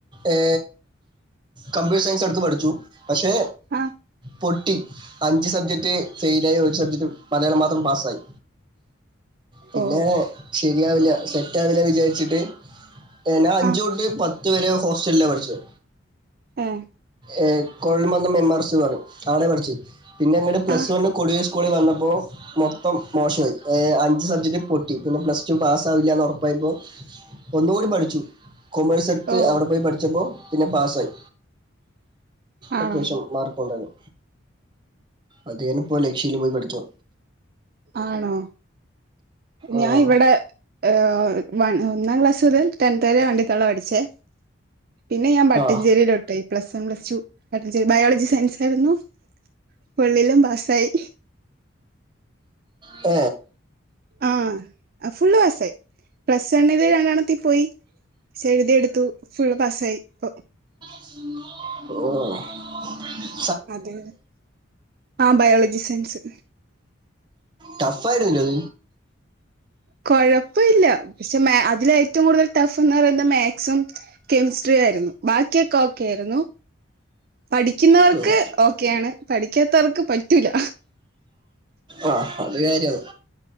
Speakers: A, on the right; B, on the right.
A: ഏ കമ്പ്യൂട്ടർ സയൻസ് അടുത്ത് പഠിച്ചു പക്ഷെ
B: ആഹ
A: പൊട്ടി അഞ്ച് സബ്ജക്റ്റ് ഫെയില ആയി ഒരു സബ്ജക്റ്റ് മലയാളം മാത്രം പാസ്സായി പിന്നെ
B: ഓ
A: ശരിയാവില്ല സെറ്റ ആാവില്ല വിചാരിച്ചിട്ട് ഞാൻ അഞ്ച
B: ആ
A: തൊട്ട് പത്ത് വരെ ഹോസ്റ്റലെ പഠിച്ചത്
B: ഏ
A: ഏ കൊഴൽമന്ദം എംആർസ് പറയും അവളെ പഠിച്ചു പിന്നെ അങ്ങട്ട് പ്ലസ്
B: ആ
A: വണ് കൊടിയ സ്കൂളി വന്നപ്പോൾ മൊം മൊപ്പം മോശമായി അഞ്ച് സബ്ജക്റ്റ് പൊട്ടി പിന്നെ പ്ലസ് ടു പാസ്സാവില്ല എന്ന് ഉറപ്പായപ്പോൾ ഒന്നുകൂടി പഠിച്ചു കൊമേഴ്സ് എടുത്ത്
B: ഓ
A: അവിടെ പോയി പഠിച്ചപ്പോൾ പിന്നെ പാസ്സായി
B: ആണോ
A: അത്യാവശ്യം മാർക്ക ഉണ്ടരുന്നു അത് ഞാനപ്പോ ലക്ഷ്യയില് പോയി പഠിച്ചു
B: ആണോ ഞാൻ
A: ആഹ്
B: ഇവിടെ ഏഹ ഒന്നാം ക്ലാസ് തൽ ടെൻ വരെ വണ്ടിത്തോളം പഠിച്ചേ പിന്നെ ഞാൻ പട്ടഞ്ചേരിയിലോട്ടയി
A: ആഹ്
B: പ്ലസ് വൺ പ്ലസ് ടു പെട്ട ശരി ബയോളജി സയൻസ് ായിരുന്നു പള്ളിലും പാസായി
A: പ
B: ആഹ ഫുള് വസായി പ്രസണ് ണൽ പോയി ചഴുതി എടുത്തു ഫുള് പാസായി ഇപ്പ
A: ഓ
B: അതെെ ആഹ ബയോളജി സയൻസ്
A: ടഫ്ായിരല്ല
B: കൊഴപ്പ ഇില്ല പക്ഷെ അതില ഏറ്റവും കൂടുതൽ ടഫ് എന്ന് പറയുന്നത് കെമിസ്ട്രി ആയിരുന്നു ബാക്കിയൊക്കെ ഒക്കെ ആയിരുന്നു പഠിക്കുന്നവർക്ക്
A: അത് ഉം.
B: ഓക്കെയ ആാണ് പഠിക്കാത്തവർക്ക് പറ്റൂല
A: ആ അത് കാര്യമാണ്